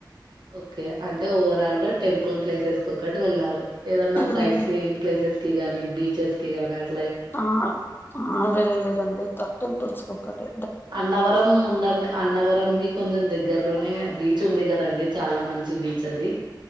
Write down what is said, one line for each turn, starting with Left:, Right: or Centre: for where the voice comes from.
Right: ఓకే అంటే ఓవరాల్ గా టెంపుల్ ప్లేసెస్కి ఒక్కటి వెళ్ళారు. ఏదన్నా
Left: మ్మ్
Right: సైట్ సీయింగ్ ప్లేసెస్. కి గానీ బీచెస్ కి గాని అట్
Left: ఆ అది వెళ్ళలేదండి తట్ట ఉంటే ఇచ్చిపెడతాడు
Right: అన్నవరం ముందరనే అన్నవరం కి కొంచెం దగ్గరలోనే బీచ్ ఉంది కదండి చాలా మంచి బీచ్ అది.